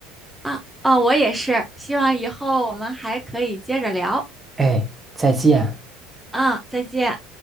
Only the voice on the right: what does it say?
哎，再见。